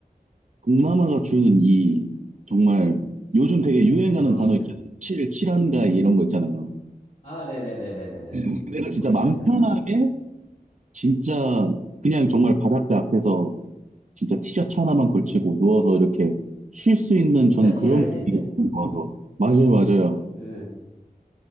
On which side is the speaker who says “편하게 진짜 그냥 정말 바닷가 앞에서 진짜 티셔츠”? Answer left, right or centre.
Right